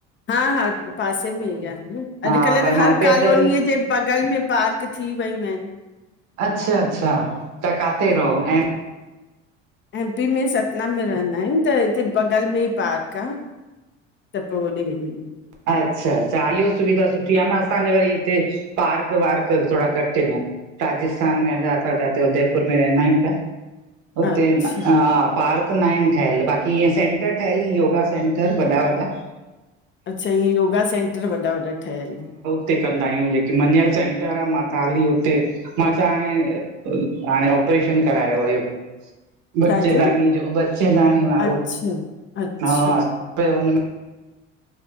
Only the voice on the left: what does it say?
हा हा पासे में ई आ
अॼुकल्ह
त
हर
कॉलोनीअ
जे बगल में पार्क थी वयूं आहिनि।
एम्पी में सतना में रहंदा आहियूं त हिते बगल में ई पार्क आ। त पोइ होॾे रेहंदा आयूं।
अच्छा
अच्छा ईय योगा सेंटर वॾा वॾा ठहियलु आहिन।
छाजो
अच्छा अच्छा